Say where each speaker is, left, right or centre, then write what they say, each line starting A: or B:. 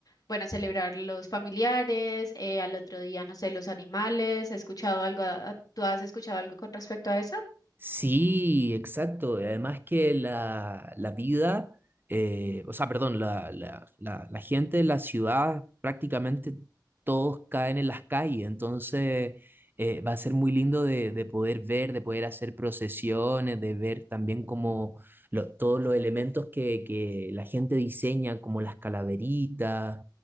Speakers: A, on the left; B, on the right.
A: bueno, celebrar los familiares, eh, al otro día, no sé, los animales. ¿He escuchado algo? a- ¿Tú has escuchado algo con respecto a eso?
B: Sí, exacto. Y Además que la, la vida, eh, o sea, perdón, la, la, la, la gente de la ciudad prácticamente todos caen en las calles, entonces eh, va a ser muy lindo de, de poder ver, de poder hacer procesiones, de ver también como lo- todos los elementos que, que la gente diseña, como las calaveritas